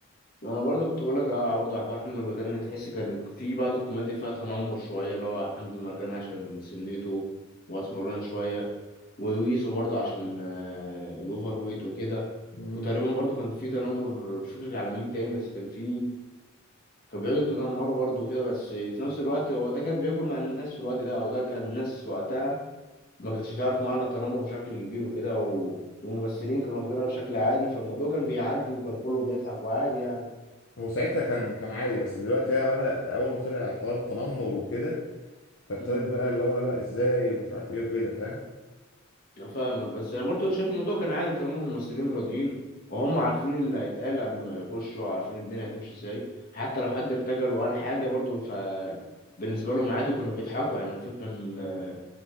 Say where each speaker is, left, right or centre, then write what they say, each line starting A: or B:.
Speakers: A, on the left; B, on the left.
A: انا برضو كنت بقول لك اه برضو على حوار حمد المرغني تحس كان في بعض الكوميديا فيها تنمر شويه اللي هو حمد المرغني عشان من سنته واسمران شويه وويزو برضو عشان آه، الاوفر ويت وكده
B: مم.
A: وتقريبا برضو كان في تنمر مش فاكر على مين تاني بس كان في كان بيقعدوا يتنمروا برضو كده بس في نفس الوقت هو ده كان بياكل مع الناس في الوقت ده او ده كان الناس وقتها ما كانتش تعرف معنى التنمر بشكل كبير وكده و... والممثلين كانوا واخدينها بشكل عادي فالموضوع كان بيعدي وكان كله بيضحك وعادي يعني
B: هو ساعتها كان كان عادي بس دلوقتي بقى بدأ أول ما طلع حوار التنمر وكده فابتدت
A: مم.
B: بقى اللي هو لا ازاي ومش عارف ايه وكده فاهم؟
A: أنا فاهمك بس انا برضو شايف الموضوع كان عادي طالما هم الممثلين راضيين وهم عارفين اللي هيتقال قبل ما يخشوا وعارفين الدنيا هتمشي ازاي حتى لو حد ارتجل وقال حاجه برضو ف بالنسبه لهم عادي كانوا بيضحكوا يعني أنا فاكر كان آه،